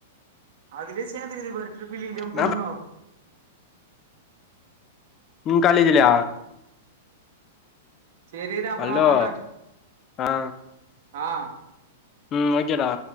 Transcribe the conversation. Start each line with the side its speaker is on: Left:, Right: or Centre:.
Right: அதுலயு சேந்துக்குது பாரு டிரிப்பிலீலயு
Left: என்னா
Right: பொண்ணுங்கோ
Left: உ காலேஜிலயா
Right: சரி இரு அப்பறமா
Left: ஹலோ
Right: பண்ற
Left: ஆ
Right: ஆ
Left: ம் ஓக்கே டா